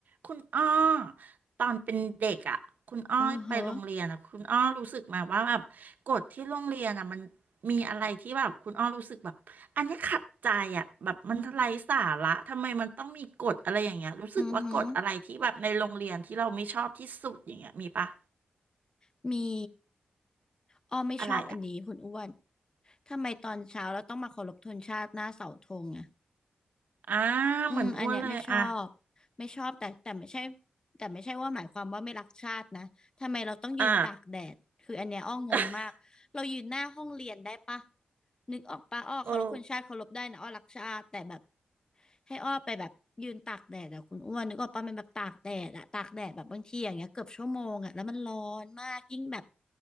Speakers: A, on the right (about 75°); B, on the left (about 30°).
A: คุณอ้อตอนเป็นเด็กอ่ะคุณอ้อไปโรงเรียนอ่ะคุณอ้อรู้สึกไหมว่าแบบกฎที่โรงเรียนอ่ะมัน
B: อือฮะ
A: มีอะไรที่แบบคุณอ้อรู้สึกแบบอันนี้ขัดใจอ่ะแบบมันไร้สาระทำไมมันต้องมีกฎอะไรอย่างเงี้ยรู้สึกว่ากฎอะไรที่แบบในโรงเรียนที่เราไม่ชอบที่สุดอย่างเงี้ยมีปะ
B: อือฮึมีอ้อไม่ชอบอันนี้คุณอ้วน
A: อะไรอ่ะ
B: ทำไมตอนเช้าเราต้องมาเคารพธงชาติหน้าเสาธงอะ
A: อ่า
B: อืมอันเนี้ยไม่ชอบ
A: เหมือนอ้วนเลยอ่ะ
B: ไม่ชอบแต่แต่ไม่ใช่แต่ไม่ใช่ว่าหมายความว่าไม่รักชาตินะทำไมเราต้องยืนตากแดดคืออันเนี้ยอ้องงมากเรายืนหน้าห้องเรียนได้ปะ
A: อ่า <laughs>
B: นึกออกปะอ้อเคารพคนชาติเคารพได้นะอ้อรักชาติแต่แบบ
A: โอ้
B: ให้อ้อไปแบบยืนตากแดดอะคุณอ้วนนึกออกปะมันแบบตากแดดอะตากแดดแบบบางทีอย่างเงี้ยเกือบชั่วโมงอะแล้วมันร้อนมากยิ่งแบบ